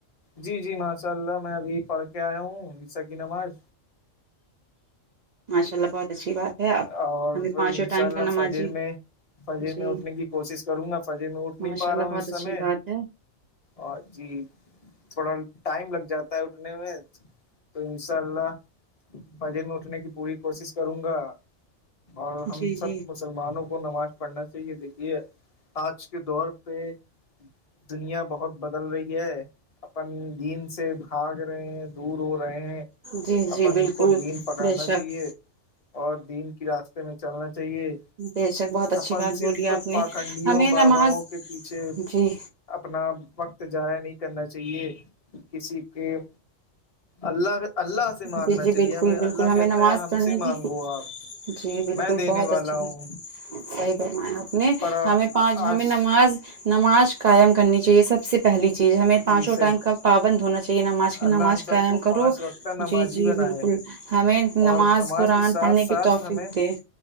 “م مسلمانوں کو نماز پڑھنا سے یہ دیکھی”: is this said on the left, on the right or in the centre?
Left